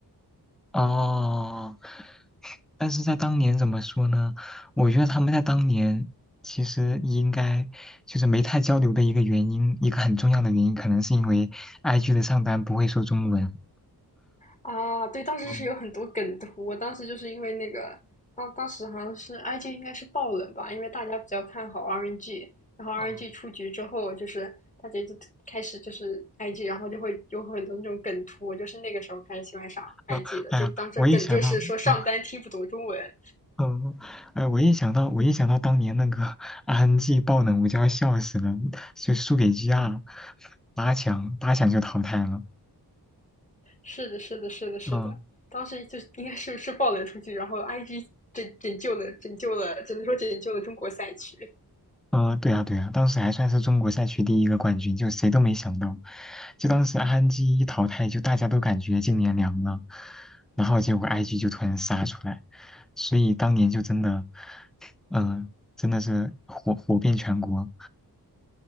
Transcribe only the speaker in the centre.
哦但是在当年怎么说呢？我觉得他们在当年其实应该就是没太交流的一个原因，一个很重要的原因，可能是因为 IG 的上单不会说中文。
嗯
嗯
嗯，
哎呀，
我一想到，嗯嗯，哎，我一想到，我一想到当年那个 <laughs> RNG 爆冷，我就要笑死了，就输给 GR，八强八强就淘汰了。
嗯。
嗯，对呀，对呀，当时还算是中国赛区第一个冠军，就谁都没想到，就当时安基一淘汰，就大家都感觉今年凉了，然后结果 IG 就突然杀出来，所以当年就真的，嗯、真的是火火遍全国，